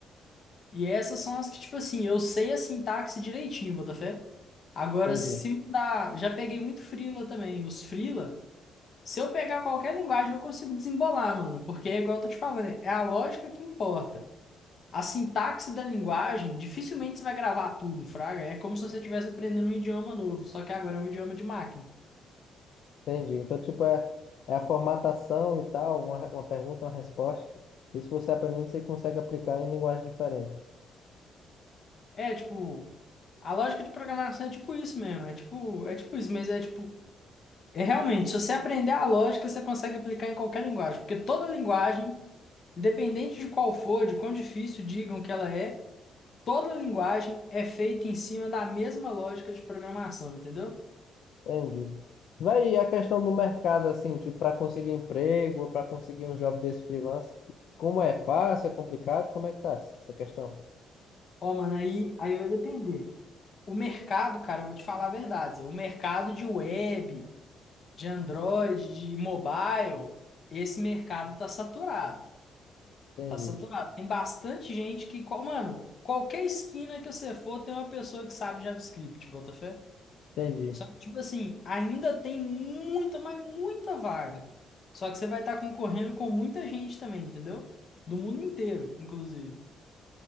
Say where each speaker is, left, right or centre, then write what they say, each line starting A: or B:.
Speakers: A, on the left (about 50°); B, on the left (about 70°).
A: e essas são as que, tipo assim, eu sei a sintaxe direitinho, Botafé. Agora,
B: Entendi,
A: se dá, já peguei muito freela também, os freela, se eu pegar qualquer linguagem eu consigo desembolar, mano, porque é igual eu tô te falando, é a lógica que importa. A sintaxe da linguagem, dificilmente você vai gravar tudo, fraga. É como se você estivesse aprendendo um idioma novo, só que agora é um idioma de máquina.
B: entendi. Então, tipo, é, é a formatação e tal, uma, re- uma pergunta, uma resposta. e se você aprendendo, você consegue aplicar em linguagem diferente.
A: É, tipo, A lógica de programação é tipo isso mesmo, é tipo, é tipo isso, mas é tipo, é realmente, se você aprender a lógica, você consegue aplicar em qualquer linguagem, porque toda linguagem, independente de qual for, de quão difícil digam que ela é, toda linguagem é feita em cima da mesma lógica de programação, entendeu?
B: Entendi. Vai e a questão do mercado, assim, tipo, para conseguir emprego ou para conseguir um job desse freelance, como é fácil, é complicado, como é que tá essa questão?
A: Ó, mano, aí, aí vai depender. O mercado, cara, eu vou te falar a verdade, Zé, o mercado de web, de Android, de mobile, esse mercado tá saturado.
B: Entendi,
A: Tá saturado. Tem bastante gente que, qual- mano, qualquer esquina que você for, tem uma pessoa que sabe JavaScript, Botafé.
B: entendi,
A: Só que, tipo assim, ainda tem muita, mas muita vaga. Só que você vai estar concorrendo com muita gente também, entendeu? Do mundo inteiro, inclusive.